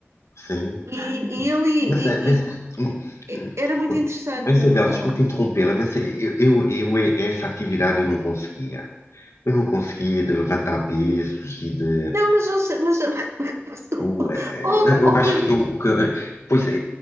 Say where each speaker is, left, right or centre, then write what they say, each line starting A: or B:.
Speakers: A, on the left (about 80°); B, on the right (about 75°).
A: sim.
B: E, e ali,
A: Mas, é-
B: e-
A: mas hum,
B: e-
A: hum,
B: era muito interessante,
A: ah, Isabel,
B: na verdade.
A: desculpe interrompê-la, mas eu, eu, eu e- essa atividade eu não conseguia. Eu não conseguia de levantar pesos e de.
B: Não, mas, mas, mas
A: o
B: <laughs>
A: eh,
B: oh,
A: eu
B: oh,
A: acho
B: Rui,
A: que, não, que eh, pois, eh,